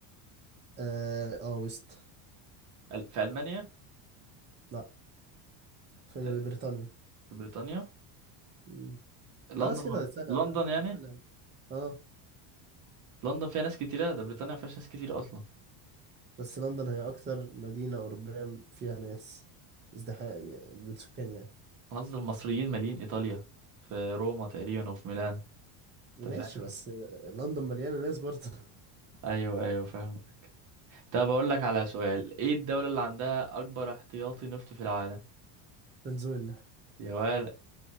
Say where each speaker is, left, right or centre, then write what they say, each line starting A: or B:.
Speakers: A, on the right; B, on the right.
A: اه, آه وست
B: أل- في ألمانيا
A: لا في
B: آه،
A: بريطانيا
B: في بريطانيا
A: مم.
B: لندن
A: خلاص
B: ولا-
A: كده سهلة
B: لندن
A: أوي،
B: يعني
A: سهلة أوي. اه
B: لندن فيها ناس كتيرة ده بريطانيا ما فيهاش ناس كتير أصلا
A: بس لندن هي اكتر مدينة أوروبية فيها ناس ازدحام بالسكان يعني
B: أنا قصدي المصريين مالين إيطاليا في روما تقريبا وفي ميلان
A: ماشي
B: أنت فاهم؟
A: بس آه، لندن مليانة ناس برضه <laughs>
B: أيوه أيوه فاهم طب أقول لك على سؤال إيه الدولة اللي عندها أكبر احتياطي نفط في العالم؟
A: فنزويلا
B: يا ولد